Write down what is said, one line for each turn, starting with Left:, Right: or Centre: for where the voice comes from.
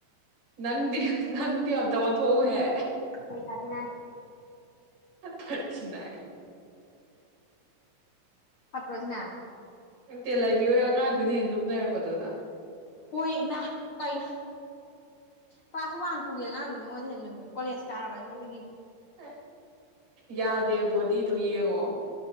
Right: ꯅꯪꯗꯤ ꯅꯪꯗꯤ ꯌꯥꯝꯗ ꯋꯥꯟ ꯊꯣꯛꯣꯛꯎꯍꯦ
Left: ꯀꯩ ꯊꯥꯇ ꯅ
Right: ꯑ ꯊꯠꯁꯤꯅ ꯍ
Left: ꯍꯠꯇ꯭ꯔꯣꯁꯤꯅ
Right: ꯅꯪꯇꯦ ꯂꯩꯕꯤꯌꯣꯏ ꯑꯉꯥꯡꯗꯨꯅ ꯍꯦ ꯂꯨꯝ ꯂꯩꯔꯝꯕꯗꯨꯅ
Left: ꯍꯣꯏ ꯃ ꯀꯩꯅꯣ ꯀ꯭ꯂꯥꯁ ꯋꯥꯟ ꯄꯨꯒꯦ ꯑꯉꯥꯡꯗ ꯅꯪꯉꯣꯟꯗ ꯍꯦꯜꯂꯝꯨꯝꯃꯦ ꯀꯣꯂꯦꯖ ꯀꯥꯔꯕ ꯑꯩꯉꯣꯟꯗꯒꯤ
Right: ꯑ ꯌꯥꯗꯦꯕꯣꯗꯤꯗꯨꯌꯦꯡ ꯑꯣ